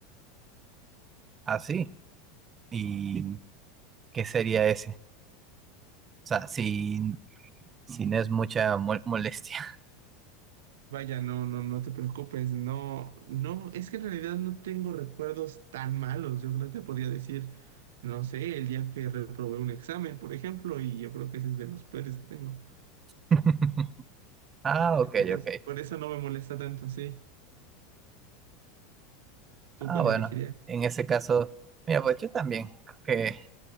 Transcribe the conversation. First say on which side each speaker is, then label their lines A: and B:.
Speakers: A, on the right; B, on the right.
A: Así. ¿Y qué sería ese? O sea, sin, sin es mucha mol- molestia.
B: Vaya, no, no, no te preocupes, no, no, es que en realidad no tengo recuerdos tan malos. Yo no te podría decir, no sé, el día que reprobé un examen, por ejemplo, y yo creo que ese es de los peores que tengo.
A: <laughs> Ah, ok,
B: Entonces,
A: ok.
B: por eso no me molesta tanto, sí. ¿Tú
A: Ah,
B: cuál
A: bueno.
B: elegirías?
A: En ese caso, mira, pues yo también. creo Que, o